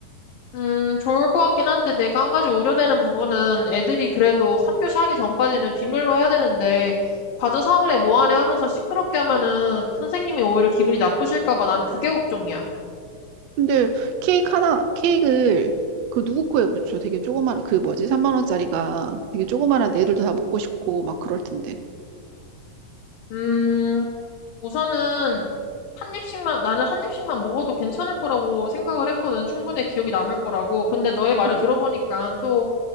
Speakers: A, on the left; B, on the right.
A: 음, 좋을 것 같긴 한데 내가 한 가지 우려되는 부분은 애들이 그래도 3교시 하기 전까지는 비밀로 해야 되는데 과제 사원에 뭐하네 하면서 시끄럽게 하면은 선생님이 오히려 기분이 나쁘실까 봐 난 그게 걱정이야.
B: 근데 케이크 하나, 케이크를 그 누구 코에 붙여? 되게 조그마한, 그 뭐지? 3만 원짜리가 되게 조그마한 애들도 다 먹고 싶고 막 그럴 텐데.
A: 음, 우선은 한 입씩만, 나는 한 입씩만 먹어도 괜찮을 거라고 생각을 했거든. 충분히 기억이 남을 거라고. 근데 너의 말을
B: 응,
A: 들어보니까 또,